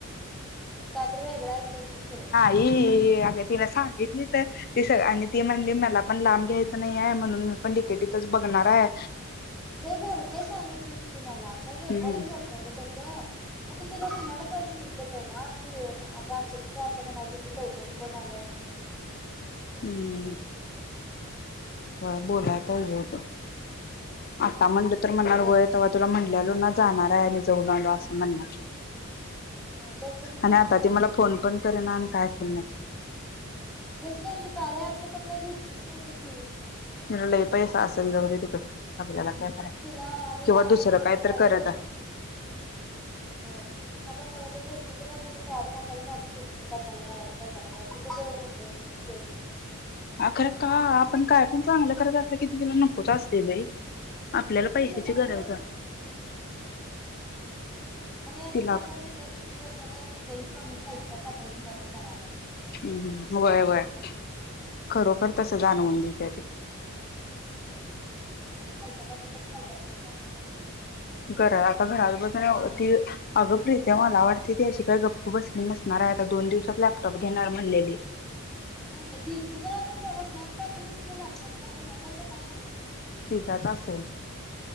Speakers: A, in the centre; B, on the left.
A: तू कायतर वेगळ ऐकली अशीलं खुळे.
B: यें अगं तिन सांगितली तर- ती सग आणि ती म्हणली मला पण लांब घ्यायचं नाहींय म्हणून मी पण डि के टी तच बघणारहाय.
A: ते झालं ते सांगितलीस कि मला खर रेकॉर्डिंग
B: हम्म
A: हो- गताच म तला नेलपगेतच ग वाकी अ गाच तिथं असं म्हणाल त त चौकशी करून आल्यास
B: हम्म हो बोलायला पाहिजे होत आता म्हणलं तर
A: असू
B: म्हणा
A: दे
B: वयेत तुला म्हणल्यालो ना जाणार आहे आणि जऊन आलो असं म्हणणार
A: आता तेच तसंच
B: आणि
A: म्हणणार
B: आता ते मला फोन पण करे ना आणि काय पण नाही
A: तेच काय ती कार्या आजच पण काय घेतलीच नाही बी खुई
B: म लई पैसा असेल जव त तडे आपल्याला काय कराय
A: तिला आणि
B: किंवा
A: ह असं
B: दुसरं
A: पण आपण
B: काय
A: त्याव
B: तर करत
A: ते गोष्ट
B: आहे
A: हो आपण तेव्हा त्या गोष्टच करत होत तेव्हा पण आपल्याला म्हणतच होती क कशाला करायचं कशाला त कुे एवढे इंटरेटेऊन के
B: अ खरं का आपण काय पण चांगलं करत असत किती तिला नकोच असते बाई आपल्याला
A: बघकीस
B: पैशाची
A: होता आपण
B: गरज
A: करत
B: आहे
A: ना नाच अरेत
B: तिला
A: आप कि जसं का तुम्ही लई कमी खालच्या पातळीथ काातर करायला असल
B: हम्म वय वय खरोखर तस जाणवून दे त्या ते
A: आसू दे बाई खालच्या पातीच खालच्या बाजूचआम्हाला आम्हच-
B: घरा आता घरात बसून <inaudible>
A: आमचं
B: अगं प्रीत्या मला वाटतय ती अशी काय गप्प बसली नसणार हायआता दोन दिवसात लॅपटॉप घेणार म्हणलेली.
A: म्हणंल घेतली पण असल बर स्नॅप टाकलेली की गं लॅपटॉपचा कुणाचा होता काय माहीत.
B: तिचाच असेल